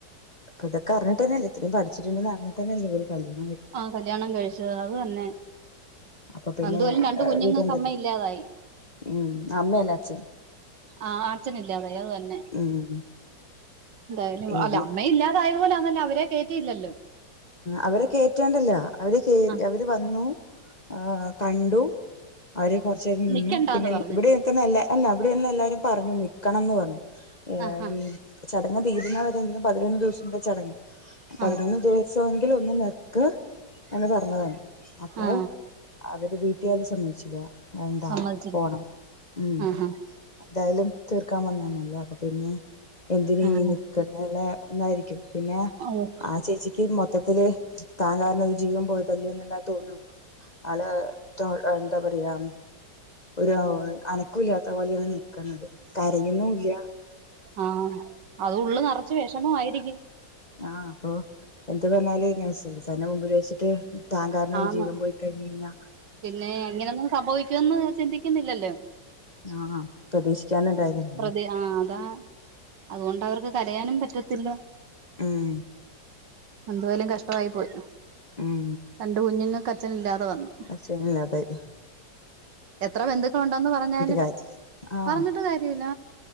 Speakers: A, on the left; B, on the right.
A: പ്പതൊക്കർഞ്ഞിട്ടെന്നല്ലേ ഇത്രേം പഠിച്ചിട്ട്ണ്ടെന്നറിഞ്ഞിട്ടന്നല്ലേ ഓര് കല്യ
B: ആ കല്യാണം കഴിച്ചത് അത് തന്നെ
A: അപ്പൊ പിന്നെ
B: അന്തുവൽ രണ്ട് കുഞ്ങ്ങക്ക്
A: വീടെന്റെത്
B: അമ്മ ഇല്ലാതായി.
A: ഉം അമ്മയല്ല അച്ഛൻ
B: ആ അച്ഛനില്ലാതായി അത് തന്നെ
A: ഉം
B: ന്തായാലും
A: ഇനി
B: അല്ല അമ്മ ഇല്ലാതാ യത്പോലാന്നല്ലോ അവരെ കെറ്റിയില്ലല്ലോ
A: അവരെ കെറ്റാണ്ടല്ല അവര് കേ
B: ആ
A: അവര് വന്നു ആ കണ്ടു അവര് കൊർചേരം നിന്നു
B: നിക്കണ്ടാന്ന്
A: പിന്നെ
B: പറഞ്ഞ്
A: ഇവിടെ നിക്കുന്ന എല്ലാ അല്ല അവിടെള്ളല്ലാരും പറഞ്ഞു നിക്കണംന്ന് പർഞ്ഞു. യാരീ
B: ആ ആ
A: ചടങ്ങ് തീരുന്നവരെങ്കിലും പതിനൊന്ന്ദിവസംത്തെ ചടങ്ങ് പതിനൊന്ന്
B: ആ
A: ദി സെങ്കിലൊന്ന് നിക്ക് എന്ന് പർഞ്ഞതാണ് അപ്പോ
B: ആ
A: അവര് വീ ട്ട്ക്കാര് സമ്മയ്ച്ചില വേണ്ടാ
B: സമ്മതിച്ചില്ല
A: പോണം ഉം
B: ആ
A: എന്തായാലും തീർക്കാൻ വന്നനല്ലേ അപ്പൊ പിന്നെ എന്തിന്
B: ആ ആ
A: ഈ നിക്കാ <unintelligible> രി പിന്നെ
B: ഓ
A: ആ ചേച്ചിക്ക് മൊത്തത്തില് താൻ കാരണം ഒര് ജീവൻ പോയതല്ലേ ന്ന്ള്ള തോന്ന ആള് തൊ എന്താ പറയാ ഒരു അനക്കുല്ലാത്തപോലെയാ നിക്ക്‌ന്നത് കരഴുന്നുല്ല
B: ആഹ് അത് ഉള്ള് നെറച്ച് വെഷമമായിരിക്കും.
A: ആഹ് അപ്പൊ എന്ത് പർഞാല് <unintelligible> തന്റെ മുമ്പില് വെച്ചിട്ട് താൻ കാരണം ഒരു
B: ആന്ന്
A: ജീവം പോയി കഴിഞ്ഞയ്ഞ്ഞാ
B: പിന്നെ അങ്ങനെയൊന്നും സംഭവിക്കുവെന്ന് ചിന്തിക്കുന്നില്ലല്ലോ
A: ആഹ് പ്രതീക്ഷിക്കാണ്ടണ്ടായതല്ലേ
B: പ്രതി ആ അതാ അതുകൊണ്ടവർക്ക് കരയാനും പറ്റത്തില്ല
A: ഉം
B: എന്തുവായാലും കഷ്ടമായി പോയി
A: ഉം
B: രണ്ട് കുഞ്ഞുങ്ങക്ക് അച്ഛനില്ലാതെ വന്നു.
A: അച്ചനില്ലാതായി.
B: എത്ര ബന്ധുക്കളുണ്ടോന്ന് പറഞാലും
A: കാര്യല്ലല്ലോ ആഹ്
B: പറഞ്ഞിട്ട് കാര്യല്ല.